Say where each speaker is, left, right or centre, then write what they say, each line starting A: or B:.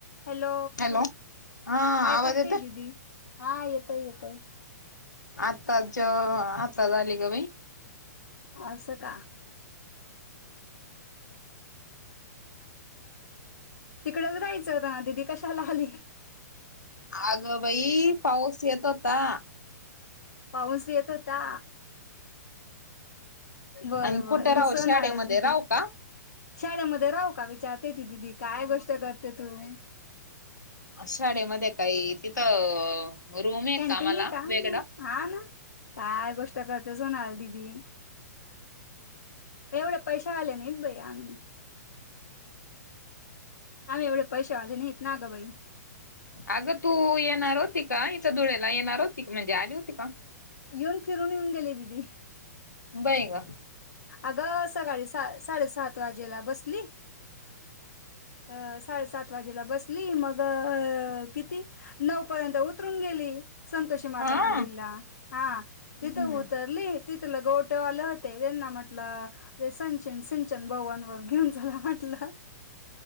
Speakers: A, on the left (about 65°); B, on the left (about 80°).
A: Hello!
B: Hello हा
A: काय
B: आवाज
A: करतेय
B: येतोय
A: दिदी? हा येतोय येतोय.
B: आत्ताच ज आता आली ग बाई!
A: असं का? तिकडेच राहायचं ना दिदी कशाला आली?
B: अगं बाई पाऊस येत होता.
A: पाऊस येत होता. बरोबर
B: आणि कुठे
A: हे
B: राहू
A: विसरणार
B: शाळेमध्ये
A: आहे दीदी.
B: राहू का
A: शाळेमध्ये राहू का विचारते ती दिदी काय गोष्ट करते तू!
B: शाळेमध्ये काही तिथं रूम
A: कॅन्टीन
B: मला
A: आहे का?
B: वेगळा
A: हा ना काय गोष्ट करतेस होणा दीदी. एवढे पैसे आले नाहीत बई आम्ही आम्ही एवढे पैसे वाले नाहीत ना ग बाई.
B: अगं तू येणार होती का इथं धुळे्याला येणार होती का म्हणजे आली होती का?
A: येऊन फिरून येऊन गेले दिदी.
B: बाईग!
A: अगं सकाळी साडेसात वाजेला बसली. अ साडेसात वाजेला बसली मग किती नऊ पर्यंत उतरून गेली. संतोषी माता
B: हा
A: मंदिरला हा
B: ह
A: तिथं उतरली तिथला गोटवाले होते त्यांना म्हट ल, संचन सिचन भाऊांवर घेऊन झाला म्हटलं.